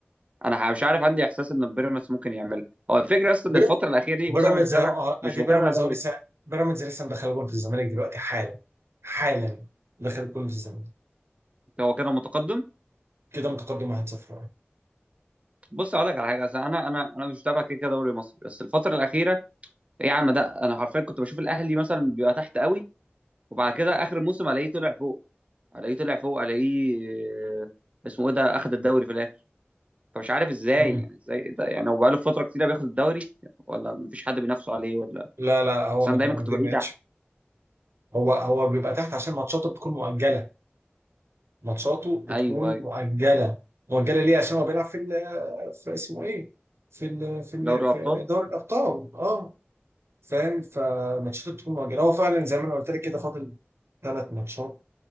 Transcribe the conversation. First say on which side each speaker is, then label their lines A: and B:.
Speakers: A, on the right; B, on the right.
A: انا ح- مش عارف عندي احساس ان بيراميدز ممكن يعملها هو الفكره اصلا
B: بير-
A: ان الفتره الاخيره دي
B: بيراميدز
A: بص انا مش متابع
B: اهو آه،
A: مش
B: ادي
A: متابع
B: بيراميدز
A: دوري
B: هو لسه بيراميدز لسه مدخل جول في الزمالك دلوقتي حالا حالا دخل جول في الزمالك
A: هو كده متقدم
B: كده متقدم 1-0
A: بص اقول لك على حاجه أصل انا انا انا مش متابع كده كده دوري مصري بس الفتره الاخيره ايه يا عم ده انا حرفيا كنت بشوف الاهلي مثلا بيبقى تحت قوي وبعد كده اخر الموسم الاقيه طلع فوق الاقيه طلع فوق الاقيه آه، اسمه ايه ده اخد الدوري في الاخر فمش عارف ازاي
B: مم.
A: يعني ازاي ده يعني هو بقاله فتره كتيره بياخد الدوري ولا مفيش حد بينافسه عليه ولا
B: لا لا هو
A: بس انا
B: ما
A: دايما
B: كان-
A: كنت
B: ما
A: بلاقيه تحت
B: كانش هو هو بيبقى تحت عشان ماتشاته بتكون مؤجله ماتشاته بتكون
A: ايوه ايوه
B: مؤجله مؤجله ليه عشان هو بيلعب في ال في اسمه ايه في ال في ال
A: دوري
B: في
A: الابطال
B: دوري الابطال اه فاهم فماتشاته بتكون مؤجله هو فعلا زي ما انا قلت لك كده فاضل ثلاث ماتشات